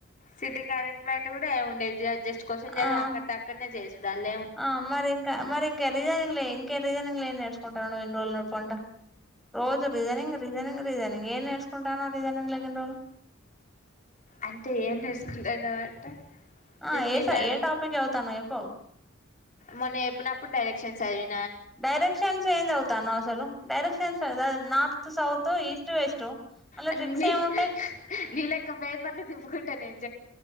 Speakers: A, on the left (about 40°); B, in the centre.
A: సిట్టింగ్ అరేంజ్మెంట్ కూడా ఏం ఉండేయి జ జస్ క్వశన్ చదువి
B: ఆ
A: అక్కట్టి అక్కన్నే చేస్. అల్ల
B: ఆ మరి ఇంకా మరి ఇంక రీజనింగ్ లే ఇంకే రీజనింగ్లో, ఏం నేర్చుకుంటావ్ నువ్వు ఇన్ని రోజుల పొంట. రోజు రీజనింగ్, రీజనింగ్, రీజనింగ్ ఏం నేర్సుకుంటానవ్ రీజనింగ్లగిన్ రోజులు.
A: అంటే ఏం నేర్సుకుంటానవ్ అంటే
B: ఆ ఏసై
A: నిన్న
B: ఏ టాపిక్ చదవుతన్నావో జేప్పు
A: మొన్న ఏప్పినప్పుడు డైరెక్షన్స్ చదివి
B: డైరెక్షన్స్ ఏం జవుతాన్నవ్ అసలు directions <unintelligible> north, south, east, west. అలా
A: అన్ని
B: ట్రిక్స్ ఏముంటాయి
A: నీ లేక్క పేపర్లు తిప్పుకుంట నేన్